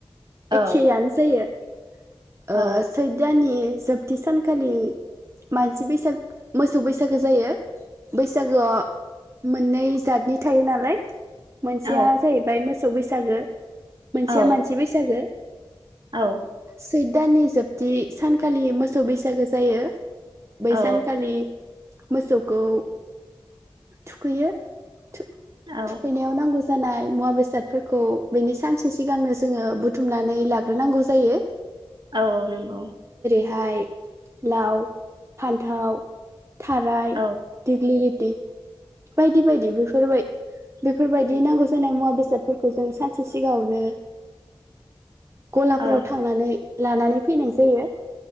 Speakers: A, on the right; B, on the right.
A: औ
B: एखेयानोजायो ओ
A: औ
B: सैत दानि जोबथि सानखालि मानसि बैसाग मोसौ बैसागो जायो बैसागो मोननै जातनि थायो नालाय मोनसेया
A: औ
B: जाहैबाय मोसौ मोसौ बैसागो मोनसेया
A: औ
B: मानसि बैसागो
A: औ
B: सैत दाननि जोबथि सानखालि मोसौ बैसागो जायो बै
A: औ
B: सानखालि मोसौखौ थुखैयो थु-थुखैनायाव
A: औ
B: नांगौ जा जानाय मुवा बेसादफोरखौ बेनि सानसे सिगांनो जोङो बुथुमनानै लाग्रोनांगौ जायो
A: औ औ नंगौ
B: इमफ्राय लाव फान्थाव थाराय
A: औ
B: देगलि इ बायदि बायदि बेफोरबाय बेफोरबायदि नांगौ जानाय मुवा बेसादफोरखौ जों सानसे सिगाङावनो गलाफोराव
A: औ
B: थांनानै लानानै फैनाय जायो